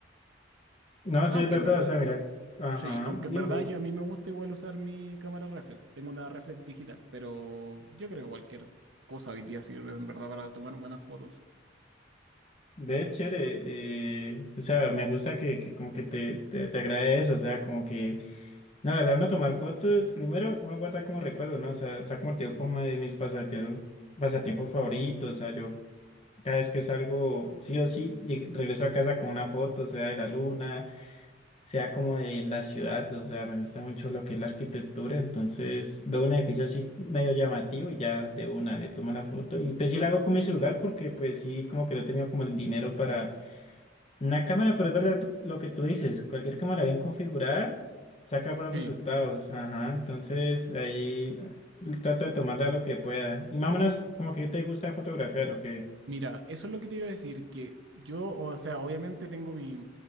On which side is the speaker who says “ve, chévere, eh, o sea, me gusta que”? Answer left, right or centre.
Left